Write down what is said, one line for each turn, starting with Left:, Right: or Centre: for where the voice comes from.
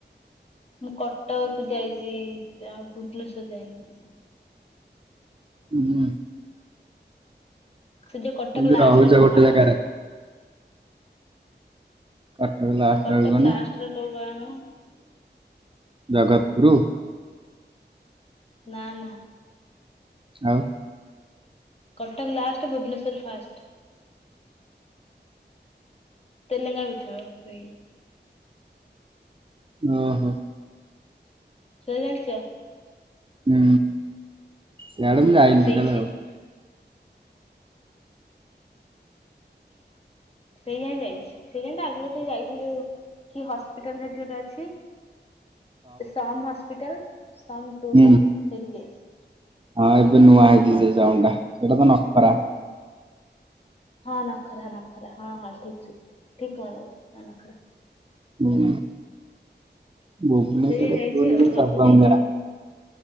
Left: ମୁଁ କଟକ ଯାଇଚି ଆଉ ଭୁବନେଶ୍ବର ଯାଇନି।
Right: ହୁଁ ହୁଁ
Left: ସେ ଯୋଉ କଟକ
Right: ଏମିତି
Left: ଲାଷ୍ଟ
Right: ରହୁଛ
Left: ଆଡକୁ
Right: ଗୋଟେ
Left: କଣ?
Right: ଜାଗାରେ କଟକ ଲାଷ୍ଟ
Left: କଟକ
Right: ଆଡ଼ୁକୁ ମାନେ
Left: ଲାଷ୍ଟରେ କୋଉ ଗାଁ ବା
Right: ଜଗତପୁରୁ?
Left: ନା ନା।
Right: ଆଉ
Left: କଟକ ଲାଷ୍ଟ ଭୁବନେଶ୍ୱର ଫାଷ୍ଟ। ତେଲେଙ୍ଗା ପିଠ ସେଇଁ।
Right: ଓହୋ।
Left: ସେ ଜାଣିଚ?
Right: ହୁଁ। ସିଆଡ଼େ ମୁଁ ଯାଇନି।
Left: ସେଇ
Right: କେତେବେଳେ
Left: ସେଇଠି।
Right: ଆଉ।
Left: ସେଇ ଯାଏଁ ଯାଇଚି। ସେଇ ଯାଏଁ ତା ଆଗକୁ ଟିକେ ଯାଇଚି ଯୋଉ କି ହସ୍ପିଟାଲ ସେଠି ଗୋଟେ ଅଛି। ସମ୍ ହାସ୍ପିଟାଲ ସମ୍ ଟୁଟା
Right: ହୁଁ
Left: ସେଇଠିକି ଯାଇଚି।
Right: ହଁ ଏବେ ନୂଆ ହେଇଚି ସେ ସମ୍ ଟା ସେଇଟା ତ ନଖରା।
Left: ହଁ ନଖରା ନଖରା ହଁ ହଁ ଠିକ୍ ଠିକ୍ ଠିକ୍ କହିଲ ନଖରା।
Right: ହୁଁ ଭୁବନେଶ୍ୱରରେ
Left: ସେଇ ଯାଏଁ ଯାଇଛି
Right: କୋଉଦି
Left: ଆଉ
Right: କଣ
Left: ତା
Right: ସବୁ
Left: ଆଗକୁ ଯାଇନି
Right: ଆମକୁ ଜଣା।
Left: ଆଉ।